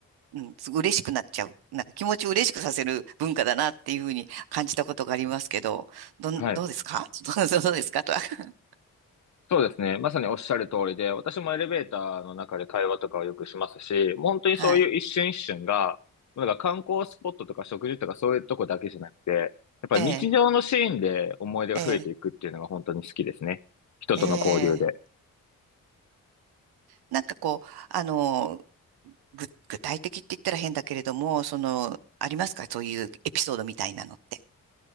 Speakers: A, on the right; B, on the left.
A: う、うん、す嬉しくなっちゃう。なんか気持ちを嬉しくさせる文化だなっていうふうに感じたことがありますけど、どん、
B: はい。
A: どうですか <laughs> どうですかとは。<laughs>
B: そうですね。まさにおっしゃる通りで、私もエレベーターの中で会話とかをよくしますし、もう本当にそういう一瞬一瞬が、
A: はい。
B: なんか観光スポットとか食事とかそういうとこだけじゃなくて、やっぱ日常のシーンで思い出が増えていくっていうのが本当に好きですね。
A: ええ、ええ、
B: 人との交流で。
A: ええ。なんかこう、あの、ぐ、具体的って言ったら変だけれども、その、ありますかそういうエピソードみたいなのって。